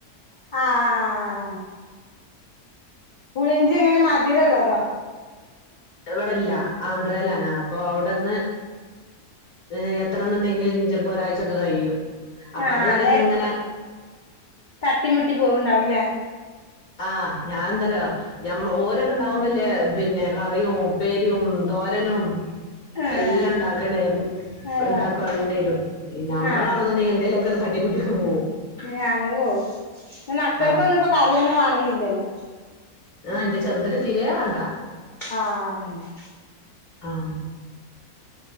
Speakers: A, on the left (about 50°); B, on the left (about 75°).
A: ആഹ് ആഹ് ആഹ് ആഹ് ആഹ് പുളിഞ്ചി എങ്ങനെ മതിരം ഉള്ളതോ
B: ത് ഇവിടെല്ല ആന്ധ്രയിലാണ് അപ്പൊ അവിടുന്ന് ഏഹ് എത്തണന്നുണ്ടെങ്കിൽ ഇനി ചിലപ്പോ ഒരാഴ്ചൊക്കെ കഴിയും അപ്പൊ
A: ആഹ്
B: അതുവരെയൊക്കെ ഇങ്ങനെ
A: തട്ടിമുട്ടി പോകണ്ടാവുംല്ലേ
B: ആഹ് ഞാനെന്താറിയൊ ഞമ്മ ഓരൊക്കെ ഉണ്ടാവുമ്പല്ലേ പിന്നെ കറിയും ഉപ്പേരിയും തോരനും
A: ആഹ്
B: എല്ലാം ഉണ്ടാക്കണയിരുന്നു
A: അത്
B: ഉണ്ടാക്കാണ്ടിരും
A: വേണം
B: നമ്മളാണെന്നുണ്ടെങ്കിൽ
A: ആഹ്
B: എന്തെങ്കിലുമൊക്കെ തട്ടിക്കുട്ടി പോകും
A: നമ്മള് പോവും മക്കൾക്കൊന്നും
B: ആ
A: ഇപ്പോ കറിയൊന്നും വേണന്നില്ലല്ലോ
B: ആഹ് എന്റെ ചെറുതിന് തീരേ വേണ്ടാ
A: ആഹ് അതന്നെ
B: ആഹ്